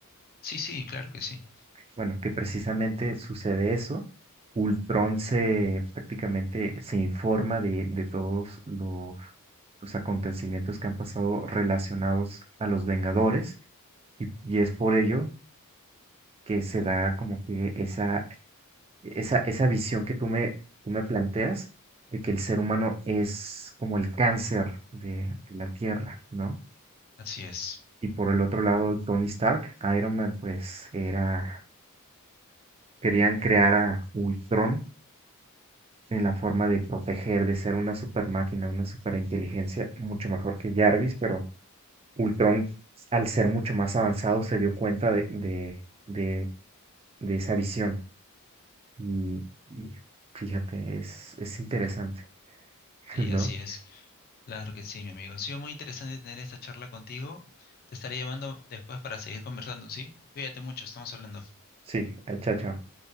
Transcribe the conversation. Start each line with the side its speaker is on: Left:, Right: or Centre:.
Left: Sí, sí, claro que sí.
Right: Bueno, que precisamente sucede eso. Ultron se prácticamente se informa de, de todos los los acontecimientos que han pasado relacionados a los Vengadores y, y es por ello que se da como que esa, esa, esa visión que tú me, tú me planteas de que el ser humano es como el cáncer de la Tierra, ¿no?
Left: Así es.
Right: Y por el otro lado, Tony Stark, Iron Man, pues era, querían crear a Ultron en la forma de proteger, de ser una super máquina, una super inteligencia, mucho mejor que Jarvis, pero Ultron, al ser mucho más avanzado, se dio cuenta de, de, de de esa visión. Y, y fíjate, es, es interesante, <laughs>
Left: Sí,
Right: ¿no?
Left: así es. Claro que sí, mi amigo. Ha sido muy interesante tener esta charla contigo. Te estaré llamando después para seguir conversando, ¿sí? Cuídate mucho, estamos hablando.
Right: Sí, ah, chao, chao.